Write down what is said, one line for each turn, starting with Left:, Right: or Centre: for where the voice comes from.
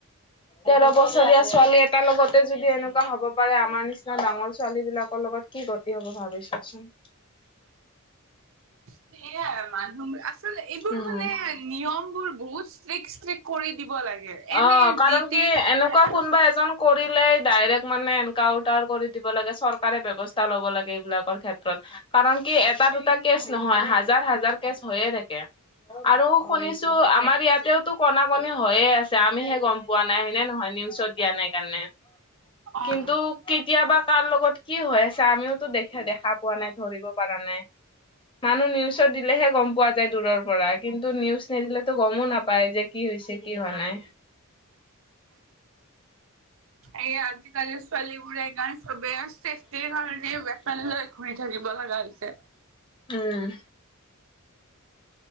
Left: তেৰ বছৰীয়া ছোৱালী এটাৰ লগতে যদি এনেকুৱা হ'ব পাৰে আমাৰ নিচিনা ডাঙৰ ছোৱালী বিলাকৰ লগত কি গতি হ'ব ভাবিছা চোন
Right: সেয়াই মানুহৰ আচল এইবোৰ
Left: উম
Right: মানে নিয়ম বোৰ বহুত ষ্ট্ৰিকট ষ্ট্ৰিক কৰি দিব লাগে এনে
Left: অ কাৰণ
Right: যি টি
Left: কি এনেকুৱা
Right: অ'
Left: কোনোবা এজন কৰিলে ডাইৰেক্ট মানে এনকাউন্টাৰ কৰি দিব লাগে চৰকাৰে ব্যৱস্থা ল'ব লাগে এইবিলাকৰ ক্ষেত্ৰত কাৰণ কি এটা দুটা কেচ নহয় হাজাৰ হাজাৰ কেচ হৈয়ে থাকে আৰু শুনিছো আমাৰ ইয়াতেওতো কনা কণী হযয়ে আছে আমিহে গম পোৱা নাই হয়নে নহয় নিউজত দিয়া নাই কাৰণে
Right: অ'
Left: কিন্তু কেতিয়াবা কাৰ লগত কি হৈ আছে আমিওতো দেখা দেখা পোৱা নাই ধৰিব পৰা নাই। মানুহ নিউজত দিলেহে গ'ম পোৱা যায় দূৰৰ পৰা কিন্তু নিউজ নিদিলেতো গমো নাপায় যে কি হৈছে কি হোৱা নাই।
Right: এই আজিকালি ছোৱালীবোৰে এই কাৰণে তবে চেফ্টিৰৰ কাৰণে ৱেপান শুই থাকিব লগা হৈছে
Left: উম